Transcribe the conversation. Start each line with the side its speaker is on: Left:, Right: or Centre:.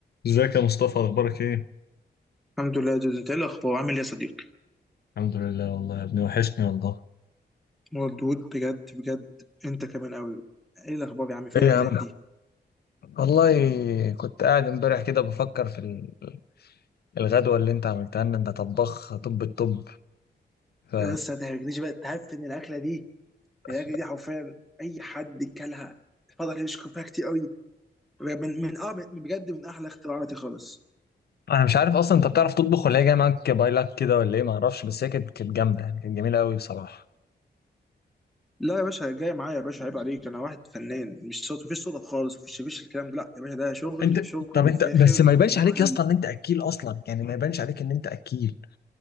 Left: ازيك يا مصطفى اخبارك ايه
Centre: الحمد لله يا دود انت ايه الاخبار عامل ايه يا صديقي
Left: الحمد لله والله يا ابني وحشني والله
Centre: مردود بجد بجد انت كمان قوي ايه الاخبار يا عم فينك
Left: ايه يا
Centre: الايام
Left: عم
Centre: دي
Left: والله كنت قاعد امبارح كده بفكر في ال- الغدوة اللي انت عملتها لنا انت طباخ طب الطب ف
Centre: بس ما تهرجنيش بقى انت عارف ان الاكله دي الاكله
Left: <laughs>
Centre: دي حرفيا اي حد كلها فضل يشكر فيها كتير قوي من من اه من بجد من احلى اختراعاتي خالص
Left: انا مش عارف اصلا انت بتعرف تطبخ ولا هي جايه معاك باي لاك كده ولا ايه ما اعرفش بس هي كانت كانت جامده يعني كانت جميله قوي بصراحه
Centre: لا يا باشا جاي معايا يا باشا عيب عليك انا واحد فنان مش صوت مفيش صدف خالص مفيش مفيش الكلام ده لا يا باشا ده شغل
Left: انت
Centre: شغل
Left: طب انت
Centre: فاخر
Left: بس ما يبانش
Centre: من النوع
Left: عليك يا اسطى ان انت اكيل اصلا يعني ما يبانش عليك ان انت اكيل